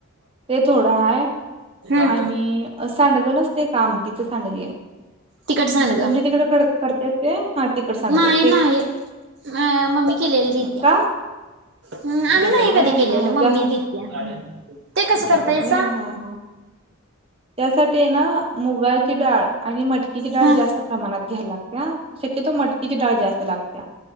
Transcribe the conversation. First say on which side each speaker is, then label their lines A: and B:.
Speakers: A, on the right; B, on the right.
A: ते थोड आहे
B: हम्म.
A: आणि का आमट सांड
B: तिकट सांडग
A: तुम तिकड. तिकड सांगत.
B: नाही नाही आहे अ मम्मी केलेली तित्या
A: का
B: हम्म आम्ही
A: देतात
B: नाही
A: व्हय
B: कधी केलेलं
A: हा हा
B: मम्मी
A: जास्त
B: जित्या ते कसं
A: देतात
B: करता याचा.
A: व्हय <inaudible> त्यासाठी ना मुगाची डाळ आणि मटकीची डाळ
B: हा
A: जास्त प्रमाणात घ्याला लागते शक्यतो मटकी. किती डाळ जास्त लागत.